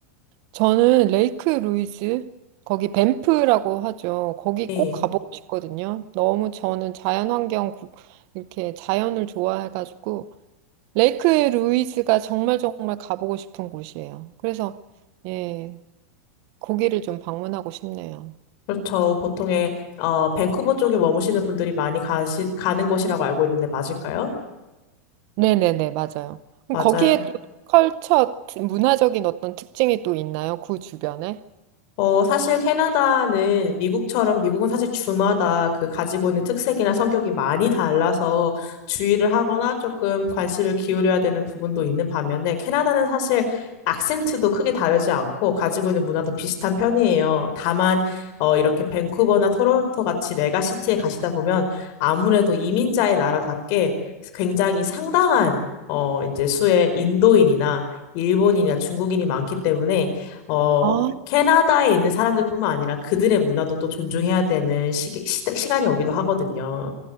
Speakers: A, on the right (about 50°); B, on the left (about 50°).
A: 저는 레이크 루이즈, 거기 밴프라고 하죠. 거기
B: 네.
A: 꼭 가보고 싶거든요. 너무 저는 자연환경, 국- 이렇게 자연을 좋아해가지고 레이크 루이즈가 정말 정말 가보고 싶은 곳이에요. 그래서 예, 거기를 좀 방문하고 싶네요.
B: 그렇죠. 보통의 어, 밴쿠버 쪽에 머무시는 분들이 많이 가시, 가는 곳이라고 알고 있는데 맞을까요?
A: 네네네, 맞아요. 그럼
B: 맞아요.
A: 거기에 또 컬처, 문화적인 어떤 특징이 또 있나요? 그 주변에?
B: 어, 사실 캐나다는 미국처럼 미국은 사실 주마다 그 가지고 있는 특색이나 성격이 많이 달라서 주의를 하거나 조금 관심을 기울여야 되는 부분도 있는 반면에 캐나다는 사실 악센트도 크게 다르지 않고 가지고 있는 문화도 비슷한 편이에요. 다만, 어, 이렇게 밴쿠버나 토론토 같이 메가시티에 가시다 보면 아무래도 이민자의 나라답게 굉장히 상당한 어, 이제 수의 인도인이나 일본인이나 중국인이 많기 때문에 어,
A: 아,
B: 캐나다에 있는 사람들뿐만 아니라 그들의 문화도 또 존중해야 되는 시, 시, 시간이 오기도 하거든요.